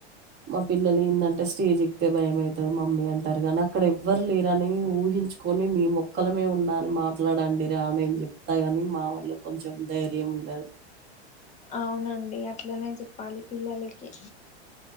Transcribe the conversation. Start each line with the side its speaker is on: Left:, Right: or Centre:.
Right: మా పిల్లలు ఏందంటే స్టేజ్ ఎక్తే భయ అవుతుంది మమ్మీ అంటారు కాగానీ అక్కడ ఎవ్వరు లేరని ఊహించుకొని మీ మొక్క ఓక్కలమే ఉన్నా అని మాట మాట్లాడండి రా నేను చెప్తా కాని మా వాళ్ళు కొంచెం ధైర్యం ఉండదు
Left: అవునండి అట్లనే చెప్పాలి పిల్లలకి